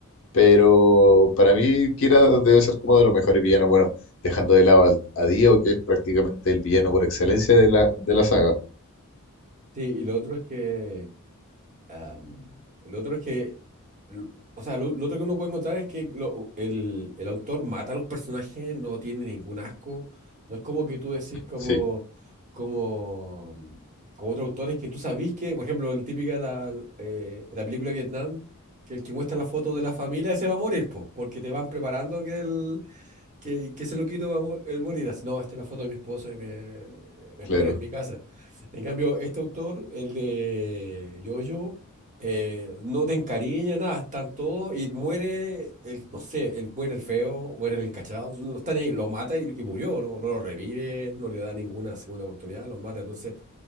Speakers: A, on the left; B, on the right.
A: pero para mí Kira debe ser como de los mejores villanos, bueno, dejando de lado al- a Dio, que es prácticamente el villano por excelencia de la, de la saga,
B: Sí, y lo otro es que Am, el otro es que, l- o sea, lo, lo otro que uno puede encontrar es que lo- el, el autor mata a los personajes, no tiene ningún asco. No es como que tú decís como,
A: sí,
B: como, como otros autores que tú sabís que, por ejemplo, el típica la, eh, la película de Vietnam, que el que muestra la foto de la familia, ese va a morir, po, porque te van preparando que el, que, que se lo quito va a mo- el morir. Así, No, esta es la foto de mi esposa y me, me
A: claro.
B: espera en mi casa. En cambio, este autor, el de Yoyo, eh, no te encariña, nada, están todos y muere, el, no sé, el, muere el feo, muere el encachado, no están ahí, lo mata y, y murió, no, no lo revive, no le da ninguna segunda oportunidad, lo mata. Entonces,